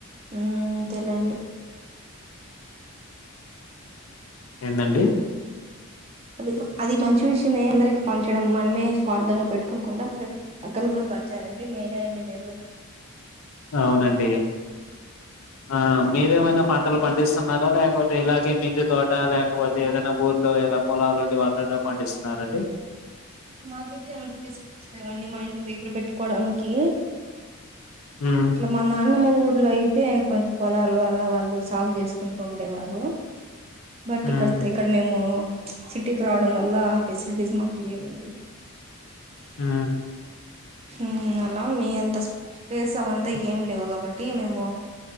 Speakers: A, on the right; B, on the left.
A: అంతేలేండి
B: ఎందండీ
A: ఆ అది అది మంచి విషయమే అందరికి పంచడం మనమే స్వార్థంగా పెట్టుకోకుండా ప్ర పక్కన కూడా పంచడం సారండి మీరే అండి మీరు
B: అవునండి ఆ మీరేమైనా వంటలు పండిస్తున్నారా లేకపోతే ఇలాగే మిద్ది తోట లేకపోతే ఏదైనా ఊర్లో ఏద పొలాలు ఉండి వాళ్ళలో పండిస్తున్నారండి
A: మాకైతే అంత ఫెసిలిటీస్ లేవండి మా ఇంటి దగ్గర పెట్టుకోడానికి
B: ఉమ్
A: ఇంట్లో మందమే ము ఊర్లో అయితే కొంచెం పొలాలు అలా వాళ్ళు సాగు చేసుకుంటూ ఉండేవారు బట్ ఇక్కడ
B: ఉమ్
A: ఇక్కడ మేము సిటీకి రావడం వల్ల ఫెసిలిటీస్ మాకు లేవు ఆ
B: ఆ
A: ఉ అలా మీ అంత స్పేస్ అవంతా ఏం లేవు కాబట్టి మేము